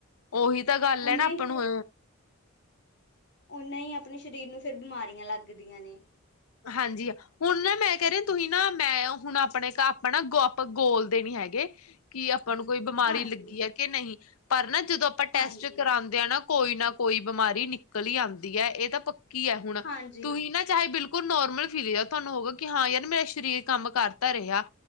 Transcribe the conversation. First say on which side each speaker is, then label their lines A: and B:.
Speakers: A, on the left; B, on the left.
A: ਉਹੀ ਤਾਂ ਗੱਲ
B: ਓਨਾ
A: ਹੈ ਨਾ
B: ਹੀ
A: ਆਪਾਂ
B: ਫਿਰ
A: ਨੂੰ
B: ਉਹਨਾਂ ਹੀ ਆਪਣੇ ਸਰੀਰ ਨੂੰ ਫਿਰ ਬਿਮਾਰੀਆਂ ਲੱਗਦੀਆਂ ਨੇ।
A: ਹਾਂਜੀ ਆ ਹੁਣ ਨਾ ਮੈਂ ਕਹਿ ਰਹੀ ਤੁਸੀਂ ਨਾ ਮੈਂ ਹੁਣ ਆਪਣੇ ਘਰ ਆਪਾਂ ਨਾ ਆਪ ਗੋਲਦੇ ਨੀ ਹੈਗੇ ਕਿ ਆਪ ਆਪਾਂ ਨੂੰ ਕੋਈ ਬਿਮਾਰੀ
B: ਹਾਂਜੀ
A: ਲੱਗੀ ਹੈ ਕਿ ਨਹੀਂ ਪਰ ਨਾ ਜਦੋਂ ਆਪਾਂ ਟੈਸਟ
B: ਹਾਂਜੀ
A: ਕਰਾਉਂਦੇ ਆ ਨਾ ਕੋਈ ਨਾ ਕੋਈ ਬਿਮਾਰੀ ਨਿਕਲ ਹੀ ਆਂਦੀ ਐ ਇਹ ਤਾਂ ਪ ਕੀ ਹੈ ਹੁਣ
B: ਹਾਂਜੀ
A: ਤੁਸੀਂ ਨਾ ਚਾਹੇ ਬਿਲਕੁ ਕੁਲ ਨੋਰਮਲ ਫਿਰੀ ਜਾਓ ਤੁਹਾਨੂੰ ਹੋਗਾ ਕਿ ਹਾਂ ਯਾਰ ਮੇਰਾ ਸਰੀਰ ਕੰਮ ਕਰਤਾ ਰਿਹਾ,